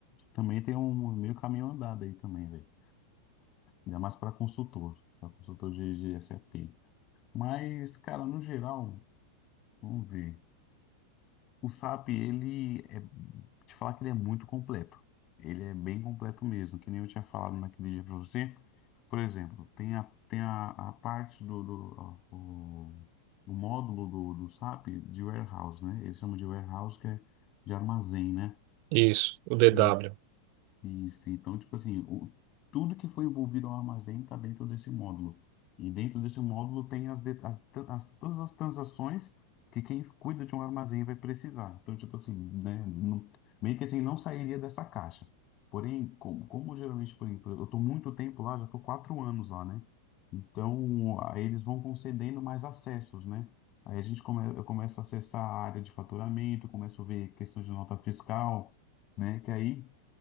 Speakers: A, on the left; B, on the right.
A: também tem um meio caminho andado aí também, velho. Ainda mais para consultor, para consultor de, de SAP. Mas, cara, no geral, vamos ver. O SAP, ele é, te falar que ele é muito completo. Ele é bem completo mesmo, que nem eu tinha falado naquele dia para você. Por exemplo, tem a, tem a, a parte do, do ó, o, o módulo do, do SAP de warehouse, né? Eles chamam de warehouse, que é de armazém, né?
B: Isso, o DW.
A: E Isso, então, tipo assim, o, tudo que foi envolvido ao armazém está dentro desse módulo. E dentro desse módulo tem as, de- as, tran- as- todas as transações que quem cuida de um armazém vai precisar. Então, tipo assim, né, não, meio que assim, não sairia dessa caixa. Porém, como, como geralmente, por exemplo, eu estou muito tempo lá, já estou quatro anos lá, né? Então, aí eles vão concedendo mais acessos, né? Aí a gente come, eu começo a acessar a área de faturamento, começo a ver questões de nota fiscal, né? Que aí